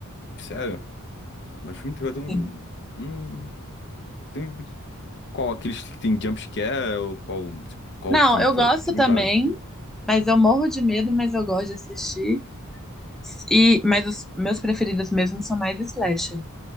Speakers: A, on the left; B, in the centre.
A: Sério? Mas filme de terror tem um.
B: Sim.
A: Hum, tem. Qual? Aqueles que tem jumpscare? Ou qual, tipo, qual
B: Não,
A: filme
B: eu
A: de terror?
B: gosto
A: Porque tem
B: também,
A: vários.
B: mas eu morro de medo, mas eu gosto de assistir. E, mas os meus preferidos mesmo são mais slasher,